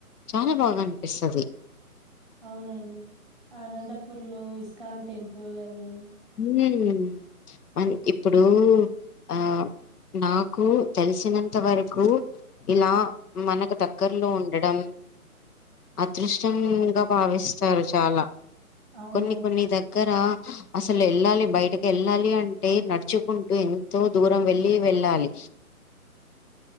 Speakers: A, on the left (about 85°); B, in the centre.
A: చాల బాగా అనిపిస్తది
B: అవునండి అనంతపూర్ లో ఇస్కాన్ టెంపుల్ అని
A: <unintelligible> ఇప్పుడూ ఆ నాకు తెలిసినన్ ఇంత వరకు ఇలా మనకు దగ్గరలో ఉండడం అదృష్టంగా భావిస్తారు చాల
B: అవునవును
A: కొన్ని కొన్ని దగ్గర హా అసలు వెళ్ళాలి బయటకి వెళ్ళాలి అంటే నడుచుకుంటూ ఎంతో దూరం వెళ్లి వెళ్లాలి